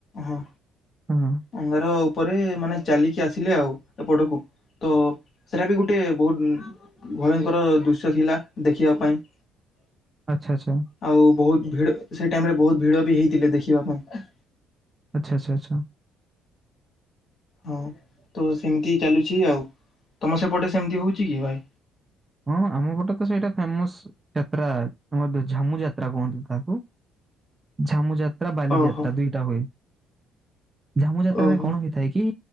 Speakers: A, on the left; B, on the right.
A: ହଁ
B: ହଁ।
A: ଅଙ୍ଗାର ଉପରେ ମାନେ ଚାଲିକି ଆସିଲେ ଆଉ ଏ ପଟକୁ। ତ ସେଇଟା ବି ଗୋଟେ ବହୁତ ଭୟଙ୍କର ଦୃଶ୍ୟ ଥିଲା ଦେଖିବା ପାଇଁ।
B: ଆଚ୍ଛା ଆଚ୍ଛା।
A: ଆଉ ବହୁତ ଭିଡ଼ ସେ ଟାଇମ୍ ରେ ବହୁତ ଭିଡ଼ ବି ହେଇଥିଲେ ଦେଖିବା ପାଇଁ।
B: ଆଚ୍ଛା ଆଚ୍ଛା ଆଚ୍ଛା।
A: ହଁ ତ ସେମିତି ଚାଲୁଛି ଆଉ ତମ ସେପଟେ ସେମିତି ହୋଉଛି କି ଭାଇ?
B: ହଁ ଆମ ପଟେ ତ ସେଇଟା ଫେମସ ଯାତ୍ରା ଆମର ଝାମୁ ଯାତ୍ରା କୁହନ୍ତି ତାକୁ। ଝାମୁ ଯାତ୍ରା ବାଲିି
A: ଓହୋ
B: ଯାତ୍ରା ଦୁଇଟା ହୁଏ। ଝାମୁ ଯାତ୍ରାରେ
A: ଓହୋ
B: କଣ ହୋଇଥାଏ କି?